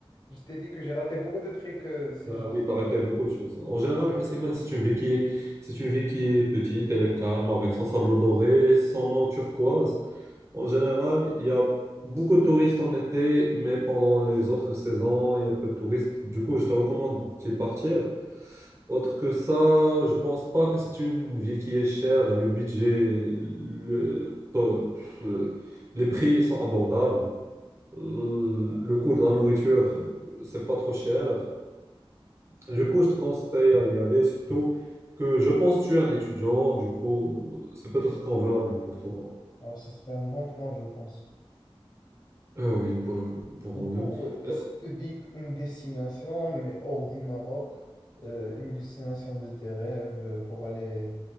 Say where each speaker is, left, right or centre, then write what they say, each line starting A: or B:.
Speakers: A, on the left (about 45°); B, on the right (about 30°).
A: Je t'ai dit que j'ai raté beaucoup de trucs euh, si
B: Ah
A: je
B: oui,
A: suis
B: tu as raté
A: pas allé.
B: beaucoup de choses. En général, Hussima, c'est une ville qui est, c'est une ville qui est petite, elle est calme, avec son sable doré, son eau turquoise. En général, il y a beaucoup de touristes en été, mais pendant les autres saisons, il y a peu de touristes. Du coup, je te recommande d'y partir. Autre que ça, je pense pas que c'est une ville qui est chère. Le budget, le, to- euh, les prix sont abordables. Euh,
A: Bon.
B: le coût de la nourriture, euh, c'est pas trop cher. Du coup, je te conseille à y aller, surtout que je pense que tu es un étudiant, du coup, c'est peut-être convenable pour toi.
A: Alors, ce serait un bon plan, je pense.
B: Euh, oui, pour, le- pour
A: Et
B: moi-même.
A: pour, euh,
B: Euh,
A: si tu dis une destination, mais hors du Maroc, euh, une destination de tes rêves euh, pour aller